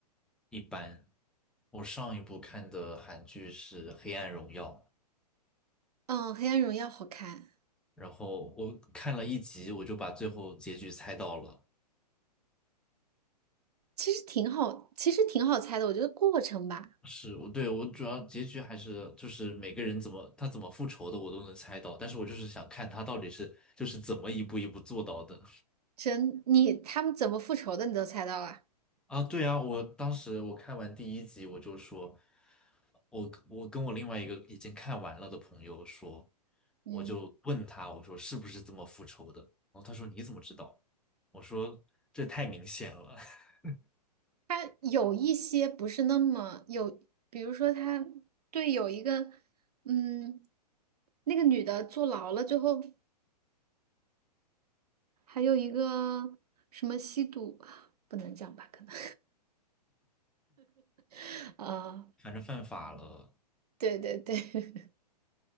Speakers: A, in the centre; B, on the right.
A: 一般。我上一部看的韩剧是《黑暗荣耀》，
B: 嗯，《黑暗荣耀》好看，
A: 然后我看了一集，我就把最后结局猜到了。
B: 其实挺好，其实挺好猜的。我觉得过程吧，
A: 是我对我主要结局还是就是每个人怎么他怎么复仇的我都能猜到，但是我就是想看他到底是就是怎么一步一步做到的
B: 真你他们怎么复仇的你都猜到了。
A: 啊！对啊，我当时我看完第一集我就说，我我跟我另外一个已经看完了的朋友说，
B: 嗯。
A: 我就问他我说是不是这么复仇的？然后他说你怎么知道？我说这太明显了，<laughs>
B: 他有一些不是那么有，比如说他对有一个，嗯，那个女的坐牢了之后，还有一个什么吸毒，不能讲吧？可能，<laughs> 啊，
A: 反正犯法了。
B: 对对对，<laughs>